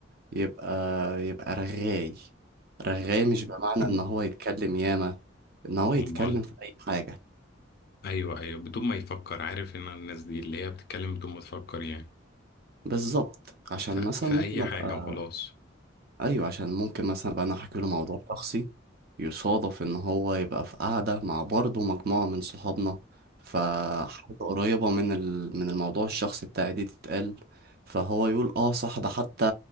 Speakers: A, on the right; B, on the left.
A: يبقى يبقى رغاي رغاي مش بمعنى
B: مم.
A: ان هو يتكلم ياما ان هو يتكلم
B: امال
A: في اي حاجة
B: ايوه ايوه بدون ما يفكر عارف ان الناس دي اللي هي بتتكلم بدون ما تفكر يعني
A: بالظبط عشان
B: ف... في
A: مثلا ممكن
B: اي
A: ابقى
B: حاجة وخلاص
A: ايوه عشان ممكن مثلا ابقى انا احكي له موضوع شخصي يصادف ان هو يبقى في قعدة مع برضه مجموعة من صحابنا فحاجة قريبة من ال... من الموضوع الشخصي بتاعي دي تتقال فهو يقول اه صح ده حتى